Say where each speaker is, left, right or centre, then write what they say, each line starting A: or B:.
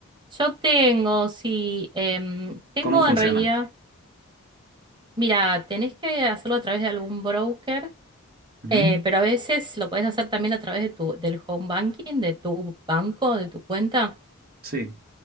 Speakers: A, on the right; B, on the right.
A: Yo tengo, sí, em, tengo
B: cómo funciona?
A: en realidad. Mira, tenés que hacerlo a través de algún broker,
B: Ujú.
A: eh, pero a veces lo podés hacer también a través de tu, del home banking, de tu banco, de tu cuenta,
B: Sí,